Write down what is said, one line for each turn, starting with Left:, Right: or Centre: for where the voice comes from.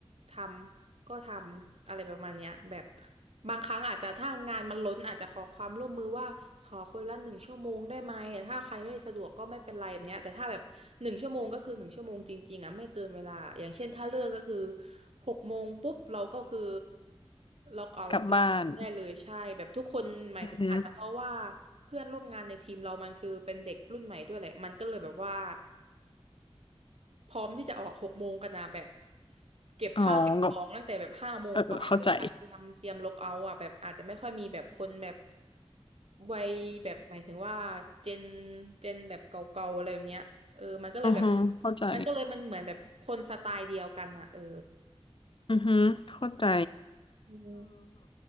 Right: ทำก็ทำอะไรประมาณเนี้ยแบบบางครั้งอาจจะถ้างานมันล้นอาจจะขอความร่วมมือว่าขอคนละหนึ่งชั่วโมงได้ไหมแต่ถ้าใครไม่สะดวกก็ไม่เป็นไรแบบเนี้ยแต่ถ้าแบบ หนึ่งชั่วโมงก็คือหนึ่งชั่วโมงจริงๆอ่ะไม่เกินเวลาอย่างเช่นถ้าเลิกก็คือหกโมงปุ๊บเราก็คือล็อกเอาท์ปิดจบได้เลยใช่แบบทุกคนหมายถึงอาจจะเพราะว่า
Left: กลับบ้านอือฮึ
Right: เพื่อนร่วมงานในทีมเรามันคือเป็นเด็กรุ่นใหม่ด้วยแหละมันก็เลยแบบว่า พร้อมที่จะออกหกโมงกันนะแบบเก็บข้าวเก็บของตั้งแต่แบบห้าโมงกว่าแล้วอะเตรียมเตรียมล็อกเอาท์อ่ะแบบอาจจะไม่ค่อยมีแบบคนแบบ
Left: อ๋อก็เออเข้าใจ
Right: วัยแบบหมายถึงว่าเจนเจนแบบเก่าๆอะไรแบบเนี้ยเออมันก็เลยแบบ
Left: อือฮึเข้าใจ
Right: มันก็เลยมันเหมือนแบบคนสไตล์เดียวกันอ่ะเออ
Left: อือฮึเข้าใจ
Right: อืม